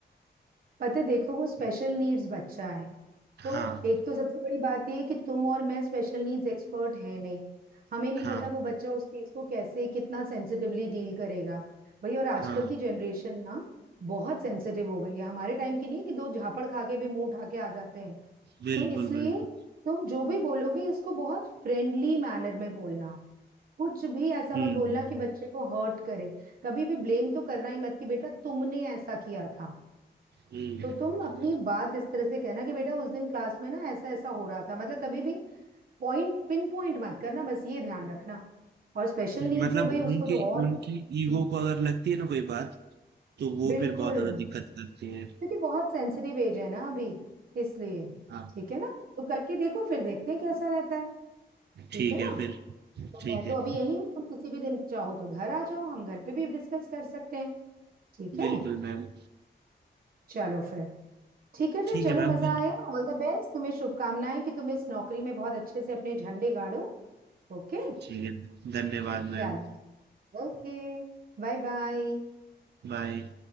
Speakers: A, on the right; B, on the right.
A: पता है देखो वो स्पेशल नीड्स बच्चा है
B: हाँ
A: तो एक तो सबसे बड़ी बात ये है कि तुम और मैं स्पेशल नीड्स एक्सपर्ट हैं नहीं हमें नहीं
B: हाँ
A: पता वो बच्चा उस चीज को कैसे कितना सेंसिटिवली डील करेगा भाई और आजकल
B: हाँ
A: की जनरेशन ना बहुत सेंसिटिव हो गई है हमारे टाइम की नहीं है कि दो झापड़ खा के भी मुंह उठा के आ जाते हैं
B: बिल्कुल
A: तो इसलिए
B: बिल्कुल
A: तुम जो भी बोलोगे इसको बहुत फ्रेंडली मैनर में बोलना कुछ भी ऐसा
B: हम्म
A: मत बोलना कि बच्चे को हर्ट करे कभी भी ब्लेम तो करना ही मत कि बेटा तुमने ऐसा किया था
B: हम्म
A: तो तुम अपनी बात इस तरह से कहना कि बेटा उस दिन क्लास में ना ऐसा ऐसा हो रहा था मतलब कभी भी पॉइंट पिन पॉइंट मत करना बस ये ध्यान रखना और स्पेशल नीड्स
B: मतलब
A: है भाई उसको
B: उनकी
A: तो और
B: उनकी ईगो
A: हम्म,
B: को अगर लगती है ना कोई बात तो वो
A: बिल्कुल
B: फिर बहुत ज़्यादा दिक्कत करती है।
A: क्योंकि बहुत सेंसिटिव एज है ना अभी इसलिए
B: हाँ,
A: ठीक है ना तो करके देखो फिर देखते हैं कैसा रहता है ठीक
B: ठीक
A: है ना
B: है फिर।
A: तो
B: ठीक
A: मैं तो
B: है।
A: अभी यही हूँ तुम किसी भी दिन चाहो तो घर आ जाओ हम घर पे भी डिस्कस कर सकते हैं ठीक है
B: बिल्कुल मैम।
A: चलो फिर ठीक है फिर
B: ठीक
A: चलो
B: है मैम
A: मजा
B: फिर।
A: आया ऑल द बेस्ट तुम्हें शुभकामनाएं कि तुम इस नौकरी में बहुत अच्छे से अपने झंडे गाड़ो ओके
B: ठीक है, धन्यवाद मैम।
A: चलो ओके Bye bye
B: बाय।